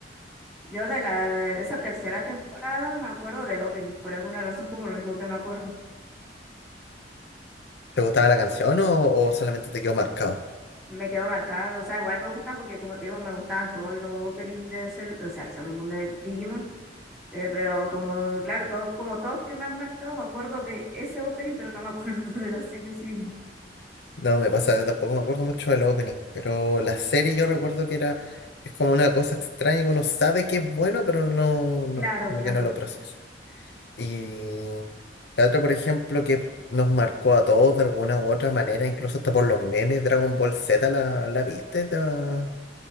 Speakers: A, in the centre; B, on the left (about 65°).
A: Yo de la de esa tercera temporada me acuerdo del opening, por alguna razón como lo único que me acuerdo.
B: ¿Te gustaba la canción o, o solamente te quedó marcado?
A: Me quedó marcado, o sea, igual me gustan porque como te digo, me gustaban todos los openings de Cell, o sea, de Sailor Moon de Digimon, eh, pero como, claro, todo, como todos que me han marcado, me acuerdo de ese opening, pero no me acuerdo <laughs> de la serie en sí misma.
B: No, me pasa, tampoco me acuerdo mucho del opening, pero la serie yo recuerdo que era, es como una cosa extraña que uno sabe que es bueno, pero no, no,
A: Claro,
B: como
A: claro.
B: que no lo procesa. Y la otra, por ejemplo, que nos marcó a todos de alguna u otra manera, incluso hasta por los memes, Dragon Ball Z, ¿la, la viste? ¿La-